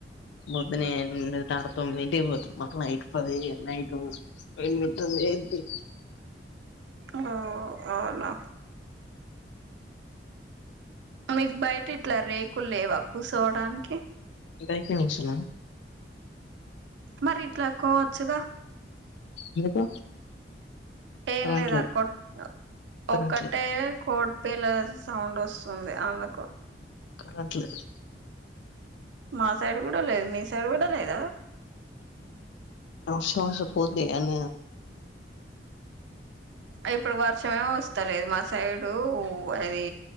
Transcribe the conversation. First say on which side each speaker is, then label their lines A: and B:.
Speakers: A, on the left (about 80°); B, on the right (about 80°).
A: పొద్దున ఎనిమిదిన్నర తొమ్మిదింటికి మీకు పోతే నైట్ పదయ్యే నైట్ ఎనిమిది తొమ్మిది ఏంటి
B: ఓ అవునా మీకు బయట ఇట్లా రేకులు లేవా కూర్సోవడానికి
A: బయటే నుంచున్నా
B: మరి ఇట్లాకోవచ్చుగా
A: ఎందుకు
B: ఏం
A: కరెంట్
B: లేదా
A: లేదు
B: కొట్
A: కరెంట్
B: ఒక్కటే
A: లేదు
B: కొ పేల సౌండ్ వస్తుంది అందుకు
A: కరెంట్ లేదు
B: మా సైడ్ కూడా లేదు మీ సైడ్ కూడా లేదా
A: నా శ్వాస పోది అని
B: ఇప్పుడు వర్షమేమీ వస్తలేదు మా సైడు అది